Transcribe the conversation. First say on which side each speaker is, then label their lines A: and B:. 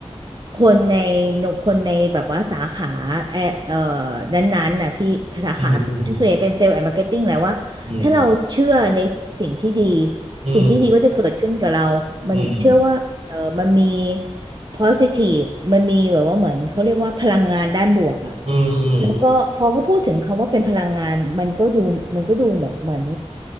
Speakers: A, on the right; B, on the right.
A: คนในคนในแบบว่าสาขาแอเอ่อนั้นๆน่ะพี่สาขาที่ส่วนใหญ่เป็นเซลล์แอนด์มาร์เก็ตติ้งแหละว่า
B: อืมอืมอืม
A: ถ้าเราเชื่อในสิ่งที่ดี
B: อืม
A: สิ่งที่ดีก็จะเกิดขึ้นกับเรา มันเชื่อว่าเออมันมี
B: อืม
A: positive มันมีแบบว่าเหมือนเขาเรียกว่าพลังงานด้านบวกอะ
B: อืมอืมอืมอืม
A: แล้วก็พอเขาพูดถึงคำว่าเป็นพลังงานมันก็ดูมันก็ดูแบบเหมือน